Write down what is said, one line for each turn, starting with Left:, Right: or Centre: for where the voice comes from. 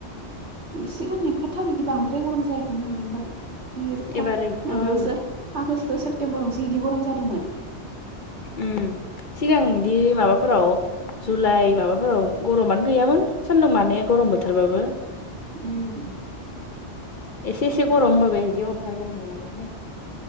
Right: सिगां एफाथाब बिदि बांद्राय गरम जायाखैमोन दांलै एबार बिर थाब
Left: एबार एकदम
Right: माबायावसो आगष्ट सेप्तेम्बरावसो बिदि गरम जादोंमोन।
Left: उम सिगां बिदि माबाफोराव जुलाइ माबाफोराव गरमानो गैयामोन सानदुं माने गरम बोथोरबाबो
Right: उम
Left: एसे एसे गरम होनबाबोय बिदि अफार गरम नङामोनहाय